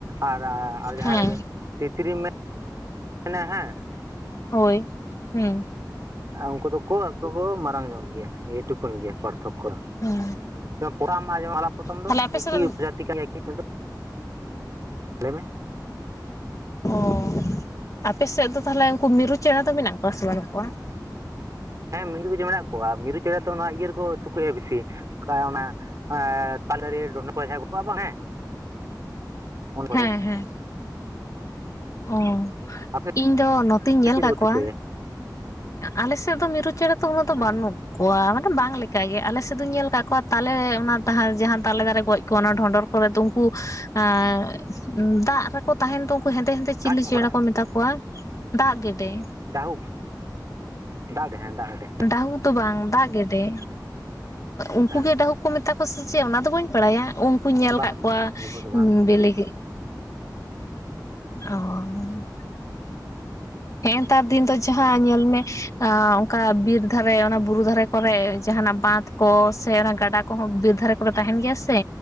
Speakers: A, on the right; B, on the left.
A: ᱟᱨ ᱟᱨ ᱡᱟᱦᱟᱸᱭ
B: ᱦᱮᱸ
A: ᱛᱤᱛᱨᱤ ᱢᱮ ᱢᱮᱱᱟ ᱦᱮᱸ
B: ᱦᱳᱭ ᱦᱩᱸ ᱾
A: ᱩᱱᱠᱩ ᱫᱚᱠᱚ ᱮᱴᱩ ᱠᱚ ᱢᱟᱨᱟᱝ ᱧᱚᱜ ᱜᱮᱭᱟ ᱱᱤᱭᱟ ᱴᱩᱠᱩᱱ ᱜᱮ ᱯᱟᱨᱛᱷᱚᱠᱠᱚ ᱫᱚ᱾
B: ᱦᱮᱸ
A: ᱡᱮᱢᱚᱱ ᱯᱚᱛᱟᱢ ᱟᱨ ᱢᱟᱞᱟᱯᱚᱛᱟᱢ ᱫᱚ
B: ᱛᱟᱦᱞᱮ ᱟᱯᱮ
A: ᱮᱠᱤᱡᱟᱛᱤ
B: ᱥᱮᱫ ᱫᱚ
A: ᱠᱟᱱ ᱜᱮᱭᱟ ᱠᱤᱱ ᱞᱟᱹᱭ ᱢᱮ ᱾
B: ᱚ ᱟᱯᱮ ᱥᱮᱫ ᱫᱚ ᱛᱟᱦᱚᱞᱮ ᱩᱱᱠᱩ ᱢᱤᱨᱩ ᱪᱮᱬᱮ ᱫᱚ ᱢᱮᱱᱟᱜ ᱠᱚᱣᱟ ᱥᱮ ᱵᱟᱹᱱᱩᱜ ᱠᱚᱣᱟ?
A: ᱦᱮᱸ ᱢᱤᱨᱩ ᱪᱮᱬᱮ ᱢᱮᱱᱟᱜ ᱠᱚᱣᱟ, ᱢᱤᱨᱩ ᱪᱮᱬᱮ ᱫᱚ ᱱᱚᱣᱟ ᱤᱭᱟᱹ ᱨᱮᱠᱚ ᱛᱩᱠᱟᱹᱭᱟ ᱵᱤᱥᱤ ᱚᱱᱠᱟ ᱚᱱᱟ ᱛᱟᱞᱮ ᱰᱟᱹᱲᱭᱟ ᱠᱚ <inaudible> ᱠᱚᱜᱼᱟ ᱵᱟᱝ ᱦᱮᱸ᱾ ᱚᱱᱟ ᱠᱚᱨᱮ᱾
B: ᱦᱮᱸ ᱦᱮᱸ ᱚ,
A: ᱟᱯᱮ
B: ᱤᱧ ᱫᱚ ᱱᱚᱛᱮᱧ ᱧᱮᱞ
A: ᱪᱮᱫ ᱨᱮᱠᱚ
B: ᱠᱟᱜ ᱠᱚᱣᱟ
A: ᱛᱩᱠᱟᱹᱭᱟ
B: ᱟᱞᱮ ᱥᱮᱫ ᱫᱚ ᱢᱤᱨᱩ ᱪᱮᱬᱮ ᱫᱚ ᱩᱱᱟᱹᱜ ᱫᱚ
A: ᱦᱮᱸ
B: ᱵᱟᱹᱱᱩᱜ ᱠᱚᱣᱟ, ᱢᱟᱱᱮ ᱵᱟᱝ ᱞᱮᱠ ᱠᱟᱜᱮ ᱟᱞᱮ ᱥᱮᱫ ᱫᱚᱧ ᱧᱮᱞ ᱠᱟᱜ ᱠᱚᱣᱟ ᱛᱟᱞᱮ ᱡᱟᱦᱟᱸ ᱛᱟᱞᱮ ᱫᱟᱨᱮ ᱜᱚᱡ ᱠᱚᱣᱟ ᱚᱱᱟ ᱰᱚᱸᱰᱚᱨ ᱠᱚᱨᱮ ᱫᱚ ᱩᱱᱠᱩ ᱟᱸ ᱫᱟᱜ ᱨᱮᱠᱚ ᱛᱟᱦᱮᱱ ᱫᱚ ᱩᱱᱠᱩ ᱦᱮᱸᱫᱮ ᱦᱮᱸᱫᱮ ᱪᱤᱞᱤ
A: ᱠᱟᱴ ᱴᱷᱚᱠᱨᱟ
B: ᱪᱮᱬᱮ ᱠᱚ ᱢᱮᱛᱟ ᱠᱚᱣᱟ? ᱫᱟᱜ ᱜᱮᱰᱮ᱾
A: ᱫᱟᱦᱩᱠ ᱫᱟᱜ ᱦᱮᱸ ᱫᱟᱜ ᱜᱮᱰᱮ᱾
B: ᱰᱟᱹᱦᱩᱠ ᱫᱚ ᱵᱟᱝ ᱫᱟᱜ ᱜᱮᱰᱮ, ᱩᱱᱠᱩ
A: ᱦᱮᱸ
B: ᱜᱮ ᱰᱟᱹᱦᱩᱠ ᱠᱚ ᱢᱮᱛ ᱛᱟᱠᱚ ᱥᱮ ᱪᱮᱫ ᱚᱱᱟ ᱫᱚ ᱵᱟᱹᱧ ᱵᱟᱲᱟᱭᱟ, ᱩᱱᱠᱩᱧ ᱧᱮᱞ
A: ᱵᱟᱝ
B: ᱟᱠᱟᱫ ᱠᱚᱣᱟ
A: ᱵᱟᱝ ᱩᱱᱠᱩ ᱫᱚ ᱵᱟᱝ
B: ᱵᱤᱞᱮ ᱚ᱾ ᱦᱮᱸ ᱱᱮᱛᱟᱨ ᱫᱤᱱ ᱫᱚ ᱡᱟᱦᱟᱸ ᱧᱮᱞ ᱢᱮ ᱚᱱᱠᱟ ᱵᱤᱨ ᱫᱷᱟᱨᱮ ᱚᱱᱟ ᱵᱩᱨᱩ ᱫᱷᱟᱨᱮ ᱠᱚᱨᱮ ᱡᱟᱦᱟᱸᱱᱟᱜ ᱵᱟᱸᱛ ᱠᱚ ᱥᱮ ᱚᱱᱟ ᱜᱟᱰᱟ ᱠᱚᱦᱚᱸ ᱵᱤᱨ ᱫᱷᱟᱨᱮ ᱠᱚ ᱨᱮ ᱛᱟᱦᱮᱱ ᱜᱮᱭᱟ ᱥᱮ